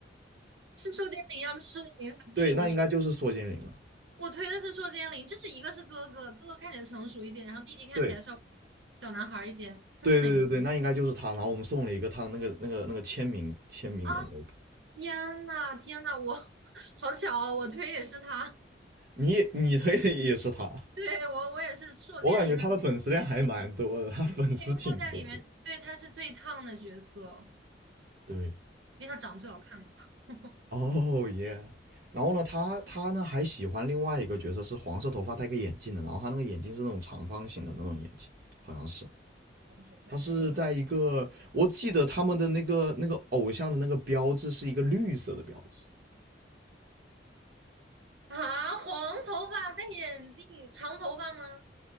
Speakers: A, on the right (about 80°); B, on the right (about 50°).
A: 是硕剑灵要不是硕剑灵他弟，
B: 对，那应该就是缩精灵了。
A: 我去，我推的是硕剑灵，就是一个是哥哥，哥哥看起来成熟一些，然后弟弟看起来稍微
B: 对，
A: 小男孩儿一些，那是哪个？
B: 对对对对，那应该就是他。然后我们送了一个他的那个那个那个签名签名的那个，
A: 啊？天呐，天呐，我 <laughs> 好巧哦，我推也是他，
B: 你你推的也是他。
A: 对，我我也是硕尖林的
B: 我感觉他的粉丝量还蛮多的，
A: 推，
B: 他粉丝挺多的。
A: 对，因为他在里面，对，他是最烫的角色，
B: 对，
A: 因为他长得最好看嘛。<laughs>
B: 哦耶。然后呢，他他呢还喜欢另外一个角色，是黄色头发戴个眼镜的，然后他那个眼镜是那种长方形的那种眼镜，好像是。
A: 黄头发戴眼
B: 他是在一个，我记得他们的那个那个偶像的那个标志是一个绿色的标志。
A: 啊，黄头发戴眼镜，长头发吗？